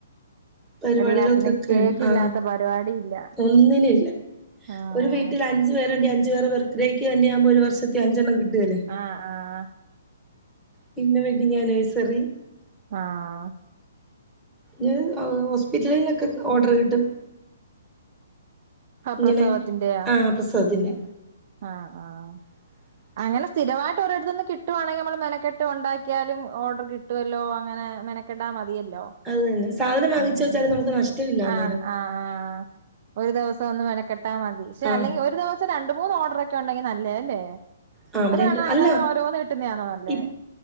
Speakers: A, in the centre; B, on the right.
A: പരിപാടികൾക്കൊക്കെൺ
B: എല്ലാത്തിനും കേക്ക്
A: ആ
B: ഇല്ലാത്ത പരിപാടി ഇല്ല
A: ഒന്നിന് ഇല്ല
B: ആഹ്
A: ഒരു വീട്ടിൽ അഞ്ചു പേരുണ്ട് അഞ്ചു പേർ പേർക്ക് ഇത്രേക്ക് തന്നെയാവുമ്പോ ഒരു വർഷത്തിൽ അഞ്ചണ്ണം കിട്ടുകല്ലേ
B: ആഹ് ആഹ്
A: പിന്നെ വെഡ്ഡിങ് ആനിവേഴ്സറി
B: ആഹ്
A: ത് അ ഹോസ്പിറ്റലിന്നൊക്കെ ഓർഡർ കിട്ടും
B: ആഹ്
A: ഇങ്ങനെ
B: പ്രസവത്തിന്റെയാ
A: ആ പ്രസവത്തിന്റെ
B: ആഹ് ആഹ്
A: <inaudible>
B: അങ്ങനെ സ്ഥിരമായിട്ട് ഒരിടത്തുന്ന് കിട്ടുവാണെങ്ക നമ്മള് മനക്കെട്ട് ഉണ്ടാക്കിയാലും ഓർഡർ കിട്ടുമല്ലോ അങ്ങനെ മെ ക്കണ്ടാ മതിയല്ലോ
A: അത് തന്നെ. സാധനം വാങ്ങിച്ചു
B: ഉം
A: വെച്ചാലും
B: ഉം
A: നമുക്ക് നഷ്ടമില്ല അന്നേരം.
B: ആ ആ ആഹ ഒരു ദിവസം ഒന്നു വനക്കെട്ടാൽ മതി ക്ഷെ
A: ആ
B: അല്ലെങ്കിൽ ഒരു ദിവസം രണ്ട് മൂന്ന് ഓർഡർ ഒക്കെ ഉണ്ടെങ്കി നല്ലതേ അല്ലേ
A: ആ
B: അതാണ്
A: രണ്ട്
B: അതാ
A: അല്ല
B: ഓരോന്ന് കിട്ടുന്നതാണോ നല്ലേ
A: ഇപ്